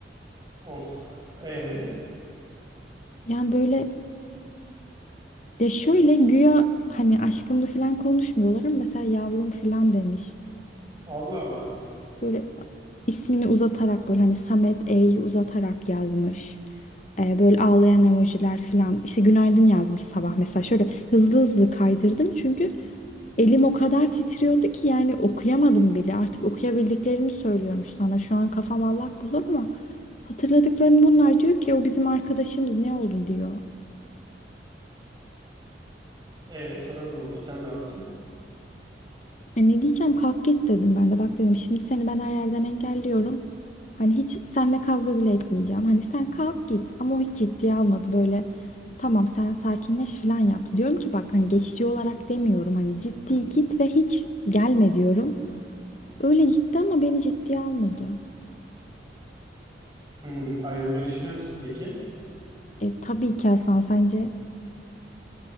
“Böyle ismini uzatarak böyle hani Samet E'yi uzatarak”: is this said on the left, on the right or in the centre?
Left